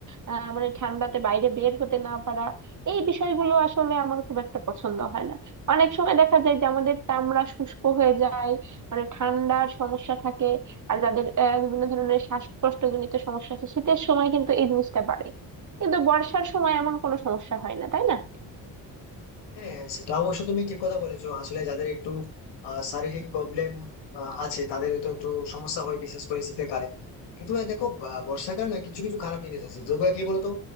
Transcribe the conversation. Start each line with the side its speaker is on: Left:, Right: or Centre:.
Right: আহ, মানে ঠান্ডাতে বাইরে বের হতে না পারা এই বিষয়গুলো আসলে আমার খুব একটা পছন্দ হয় না অনেক সময় দেখা যায় যে আমাদের চামড়া শুষ্ক হয়ে যায় মানে ঠান্ডার সমস্যা থাকে আর যাদের আহ, বিভিন্ন ধরনের শ্বাসকষ্টজনিত সমস্যা আছে শীতের সময় কিন্তু এই জিনিসটা বাড়ে কিন্তু বর্ষার সময় এমন কোনো সমস্যা হয় না তাই না
Left: হ্যাঁ সেটা অবশ্য তুমি ঠিক কথা বলেছো আসলে যাদের একটু আহ, শারীরিক প্রবলেম আছে তাদের তো একটু সমস্যা হয় বিশেষ করে শীতের কালে কিন্তু আহ, দেখো বা- বর্ষাকালে না কিছু কিছু খারাপ জিনিস আছে যেগুলো কি বলতো